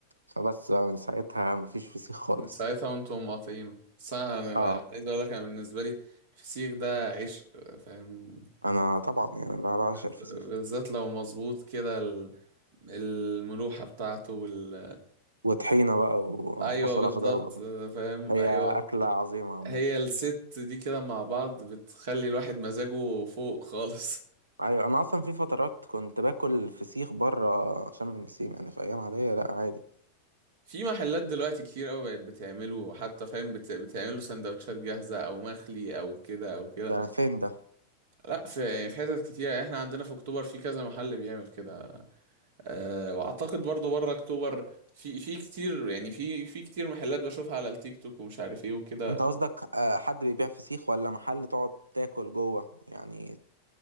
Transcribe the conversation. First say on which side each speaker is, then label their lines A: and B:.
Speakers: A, on the right; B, on the right.
A: فبس بقى من ساعتها مفيش فسيخ خالص
B: من ساعتها وانتم مقاطعين بس انا أنا
A: اه
B: عايز اقول لك انا بالنسبة لي الفسيخ ده عشق فاهم
A: انا طبعا يعني بقى بعشق
B: بز-
A: الفسيخ
B: بالذات لو مظبوط كده ال- الملوحة بتاعته وال
A: وطحينة بقى و-
B: ايوه
A: وبصل
B: بالظبط
A: اخضر بقى.
B: فاهم
A: هي
B: ايوه
A: اكلة عظيمة عامة
B: هي الست دي كده مع بعض بتخلي الواحد مزاجه فوق خالص
A: ايوه انا اصلا في فترات كنت باكل فسيخ بره شم النسيم يعني في ايام عاديه لا عادي
B: في محلات دلوقتي كتير قوي بقت بتعمله حتى فاهم بت... بتعمله سندوتشات جاهزة او مخلي او كده او كده
A: ده فين ده
B: لا في يعني في حتت كتير يعني احنا عندنا في اكتوبر في كذا محل بيعمل كده أه واعتقد برضو بره اكتوبر في في كتير يعني في في كتير محلات بشوفها على التيك توك ومش عارف ايه وكده
A: انت قصدك آه، حد بيبيع فسيخ ولا محل تقعد تاكل جوه يعني